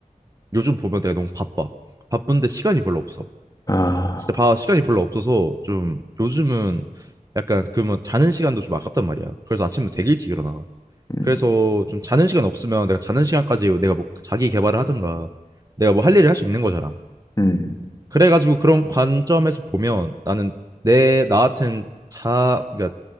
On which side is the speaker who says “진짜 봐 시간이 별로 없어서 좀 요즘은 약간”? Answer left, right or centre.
Right